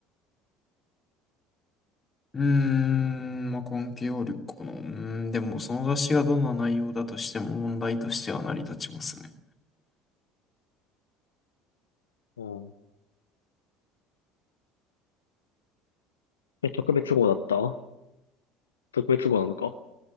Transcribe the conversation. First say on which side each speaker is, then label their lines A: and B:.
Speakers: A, on the left; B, on the left.
A: うーん、まあ、関係あるかな。うーん、でもその雑誌がどんな内容だとしても問題としては成り立ちますね。
B: うん。え、特別号だった特別号なのか